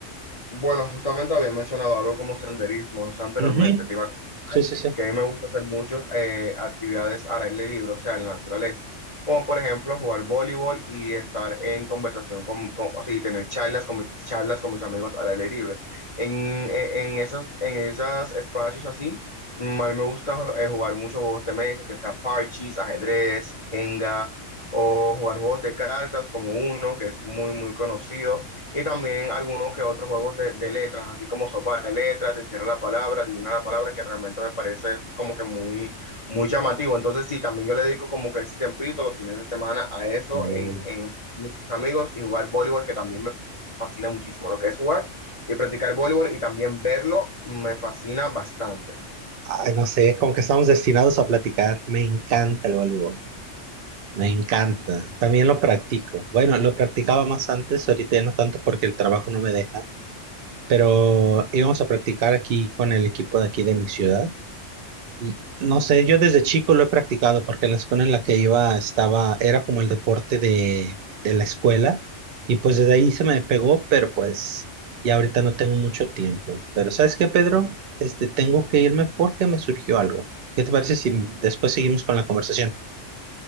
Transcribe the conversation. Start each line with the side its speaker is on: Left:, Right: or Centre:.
Left: Bueno, justamente había mencionado algo como senderismo, no sé, anteriormente,
Right: Ujú.
Left: te iba a comentar
Right: Sí, sí,
Left: que a mí me gusta hacer muchas eh, actividades al aire libre, o sea, en la naturaleza, como por ejemplo jugar voleibol y estar en conversación con, con- así, tener charlas con, mi- charlas con mis amigos al aire libre. En, en, en esas, en esos espacios así, mm, a mí me gusta eh, jugar muchos juegos de mesa, ya sea parches, ajedrez, jenga, o jugar juegos de cartas como uno, que es muy, muy conocido y también algunos que otros juegos de, de letras, así como sopa de letras, encierra la palabra, adivina la palabra, que realmente me parece como que muy, muy llamativo. Entonces, sí, también yo le dedico como que ese tiempito, los fines de semana, a eso,
Right: sí.
Left: en, en mis amigos y jugar voleibol, que también me fascina muchísimo. Lo que es jugar y practicar voleibol y también verlo me fascina bastante.
Right: Ay, no sé, como que estamos destinados a platicar. Me encanta el voleibol, me encanta. También lo practico. Bueno, lo practicaba más antes, ahorita ya no tanto porque el trabajo no me deja, pero íbamos a practicar aquí con el equipo de aquí de mi ciudad. Y No sé, yo desde chico lo he practicado porque en la escuela en la que iba estaba, era como el deporte de, de la escuela y pues desde ahí se me pegó, pero pues ya ahorita no tengo mucho tiempo. Pero ¿sabes qué, Pedro? Este, tengo que irme porque me surgió algo. ¿Qué te parece si después seguimos con la conversación?